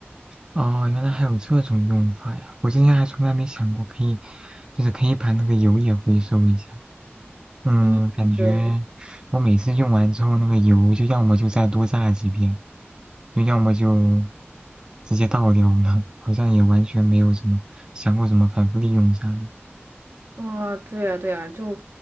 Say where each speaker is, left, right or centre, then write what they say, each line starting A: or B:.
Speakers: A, on the right; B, on the right.
A: 哦，原来还有这种用法呀！我之前还从来没想过可以，就是可以把那个油也回收一下。嗯，
B: 嗯，
A: 感觉我每次用完之后，
B: 对，
A: 那个油就要么就再多炸几遍，就要么就直接倒掉了，好像也完全没有什么想过怎么反复利用啥的。
B: 啊，对啊对啊就